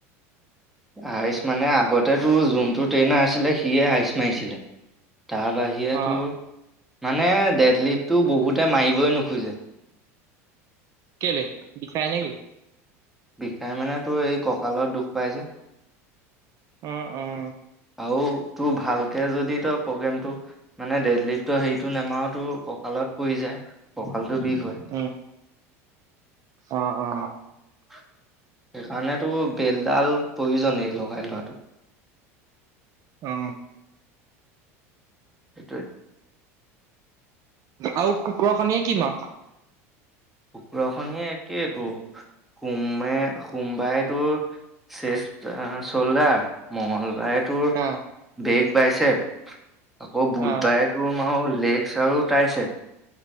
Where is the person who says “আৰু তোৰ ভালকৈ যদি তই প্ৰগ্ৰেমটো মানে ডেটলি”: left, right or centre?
Centre